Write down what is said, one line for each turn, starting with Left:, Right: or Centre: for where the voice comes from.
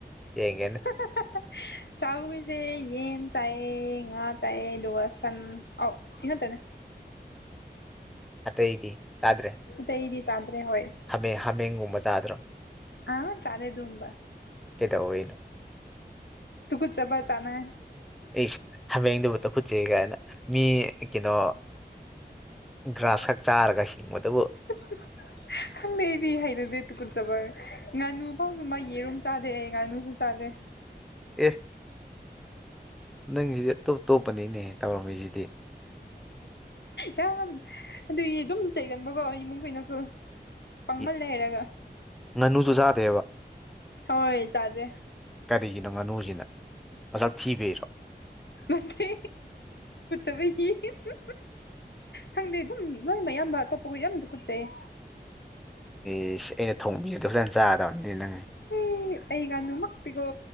Centre: ꯌꯦꯡꯒꯦꯅꯦ
Left: ꯍꯥ ꯍꯥ ꯍꯥ ꯆꯥꯕꯈꯣꯏꯁꯦ ꯌꯦꯟ ꯆꯥꯏꯌꯦ ꯉꯥ ꯆꯥꯏꯌꯦ ꯑꯗꯨꯒ ꯁꯟ ꯑꯣꯛ ꯁꯤ ꯉꯥꯛꯇꯅꯦ
Centre: ꯑꯇꯩꯗꯤ ꯆꯥꯗ꯭ꯔꯦ
Left: ꯆꯩꯗꯤ ꯆꯥꯗ꯭ꯔꯦ ꯍꯣꯏ
Centre: ꯍꯥꯃꯦ ꯍꯥꯃꯦꯡꯒꯨꯝꯕ ꯆꯥꯗ꯭ꯔꯣ
Left: ꯑꯪ ꯆꯥꯗꯦ ꯗꯨꯒꯨꯝꯕ
Centre: ꯀꯩꯗꯧꯔꯤꯅꯣ
Left: ꯇꯨꯒꯨꯠꯆꯕ ꯖꯥꯠꯅꯦ
Centre: ꯏꯁ ꯍꯥꯃꯦꯡꯗꯨꯕꯨ ꯇꯀꯨꯠꯆꯩ ꯒꯥꯏꯅ ꯃꯤ ꯀꯩꯅꯣ ꯒ꯭ꯔꯥꯁ ꯈꯛ ꯆꯥꯔꯒ ꯍꯤꯡꯕꯗꯨꯕꯨ
Left: <unintelligible> ꯈꯪꯗꯦ ꯑꯩꯗꯤ ꯍꯩꯅꯗꯦ ꯇꯨꯀꯨꯠꯆꯕ ꯉꯥꯅꯨ ꯐꯥꯎꯁꯨ ꯃꯥ ꯌꯦꯔꯨꯝ ꯆꯥꯗꯦ ꯑꯦ ꯉꯥꯅꯨꯁꯨ ꯆꯥꯗꯦ
Centre: ꯑꯦ ꯅꯪꯖꯤꯗꯤ ꯑꯇꯣꯞꯇꯣꯞꯄꯅꯤꯅꯦ ꯇꯧꯔꯝꯃꯤꯁꯤꯗꯤ
Left: ꯌꯥꯝ ꯑꯗꯨꯒꯤ ꯑꯗꯨꯝ ꯆꯩꯒꯟꯕꯀꯣ ꯏꯃꯨꯡꯈꯣꯏꯅꯁꯨ ꯄꯪꯃꯜꯂꯦ
Centre: ꯏ-
Left: ꯍꯩꯔꯒ
Centre: ꯉꯥꯅꯨꯁꯨ ꯆꯥꯗꯦꯕ
Left: ꯍꯣꯏ ꯆꯥꯗꯦ
Centre: ꯀꯔꯤꯒꯤꯅꯣ ꯉꯥꯅꯨꯖꯤꯅ ꯃꯁꯛ ꯊꯤꯕꯩꯔꯣ
Left: ꯅꯠꯇꯦ <unintelligible> ꯈꯪꯗꯦ ꯑꯗꯨꯝ ꯂꯣꯏꯃꯌꯥꯝꯕ ꯑꯇꯣꯞꯄ ꯈꯣꯏ ꯌꯥꯝ ꯇꯨꯀꯨꯠꯆꯩꯌꯦ
Centre: ꯏꯁ ꯑꯩꯅ ꯊꯣꯡꯕꯤꯕꯗ ꯐꯖꯅ ꯆꯥꯒꯗꯕꯅꯤꯅꯦ ꯅꯪ
Left: ꯍꯩ ꯑꯩ ꯉꯥꯅꯨꯃꯛꯇꯤꯀꯣ